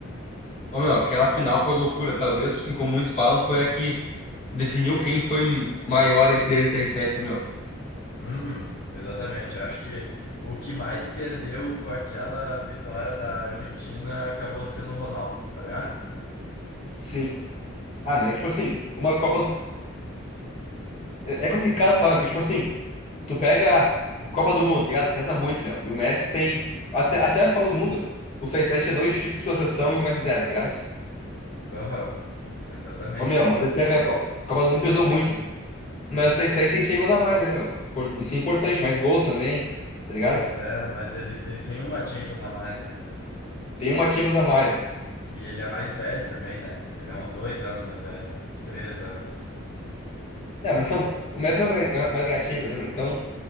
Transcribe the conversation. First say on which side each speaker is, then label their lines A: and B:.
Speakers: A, on the left; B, on the left.
A: Ô, meu, aquela final foi loucura. Talvez, assim, como muitos falam, foi a que definiu quem foi maior entre eles e 7, né, meu?
B: Uhum, exatamente. Acho que o que mais perdeu com aquela vitória da Argentina acabou sendo o Ronaldo, tá ligado?
A: Sim. Ah, né? Tipo assim, uma Copa. É é complicado falar, porque, tipo assim, tu pega a Copa do Mundo, tá ligado? Pesa muito, meu. E o Messi tem. Até, até a Copa do Mundo, o seis sete tinha dois títulos pela seleção e o Messi zero, tá ligado?
B: Aham, exatamente,
A: Ô, meu,
B: cara.
A: mas ele pega a Co- Copa do Mundo pesou muito. Mas vocês vocês têm Champions a mais, né, meu? Por- Isso é importante, mais gols também, tá ligado?
B: Pois é, mas ele, ele tem uma Champions a mais, né?
A: Tem uma Champions a mais, né?
B: E ele é mais velho também, né? Ele é uns dois anos mais velho, uns três anos.
A: É, mas então, o Messi não vai ganhar- mais ganhar Champions, né, meu? Então.